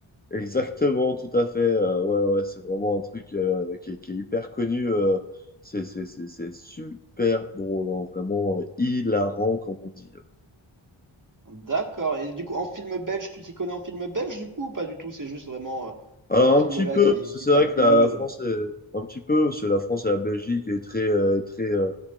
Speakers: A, on the left; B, on the right.
A: Exactement, tout à fait. euh, ouais, ouais, c'est vraiment un truc euh, qui, est qui est hyper connu. euh, c'est, c'est, c'est, c'est super drôle, hein, vraiment euh, hilarant, comme on dit. hein.
B: D'accord. Et du coup, en film belge, tu t'y connais en film belge du coup ou pas du tout? C'est juste vraiment euh,
A: Alors
B: ce film-là
A: un petit peu,
B: qui,
A: parce
B: qui
A: que c'est
B: t'a
A: vrai
B: plu.
A: que la, la France
B: euh.
A: est un petit peu, parce que la France et la Belgique est très, euh, est très, euh,